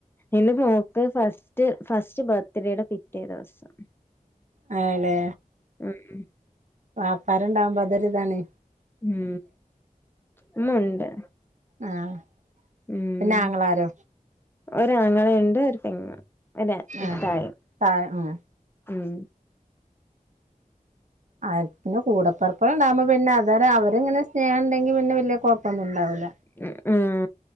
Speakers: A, on the left; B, on the right.
A: എന്റെ മോക്ക് ഫസ്റ്റ് ഫസ്റ്റ് ബെർത്ത്ഡേയ്ടെ പിറ്റേ ദിവസം
B: അയലേ
A: ഉം ഉം
B: വാപ്പാര് ഇണ്ടാവ്മ്പൊ അതൊരു ഇതാണേ
A: ഉം ഇമ്മഉണ്ട്
B: ആഹ്
A: ഉം
B: പിന്നെ ആങ്ങളാരോ
A: ഒരാങ്ങളയുണ്ട് ഒര് പെങ്ങളും ഒര
B: ആഹ്
A: ഇത്തായും
B: താഴെ ആഹ്
A: ഉം
B: അത് പിന്നെ കൂടപ്പെർപ്പാേള് ഇണ്ടാവുമ്പാെ പിന്നെ അതാെര് അവര് ഇങ്ങനെ സ്നേഹം ഇണ്ടെങ്കി പിന്നെ വെല്യ കൊഴ് പ്പാെന്നും ഇണ്ടാവൂല
A: ല് ഉം